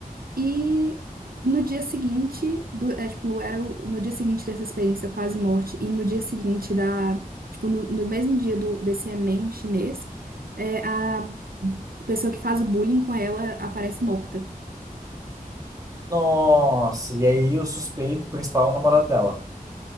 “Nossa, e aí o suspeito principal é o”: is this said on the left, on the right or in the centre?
Right